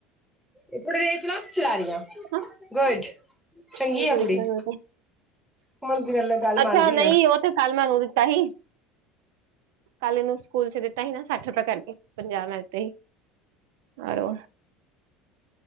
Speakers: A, in the centre; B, on the right (about 80°).
A: ਇੜ ਜਚਣਾ ਚਲਾਾਰੀਆਂ <unintelligible>
B: ਹਾਂ
A: ਗਡ ਚੰਗੀ
B: ਨਹੀਂ
A: ਆ
B: ਤਾਂ ਦਿਖ
A: ਕੁੜੀ
B: ਰਿਹਾ ਮੇਰੇ ਕੋ
A: ਹੁਣ ਗ ਗੱਲ
B: ਅੱਛਾ
A: ਮੰਨਦੀ ਆ
B: ਨਹੀਂ ਉਹ ਤੇ ਕਲਮਗ ਦਿੱਤਾ ਸੀ ਕੱਲ ਇਹਨੂੰ ਸਕੂਲ ਚ ਦਿੱਤਾ ਸੀ ਨਾ ਸੱਠ ਰੁਪ ਕਰਕੇ ਪੰਜਾਹ ਮ ਦਿੱ ਤੇ ਸੀ ਆਰੋ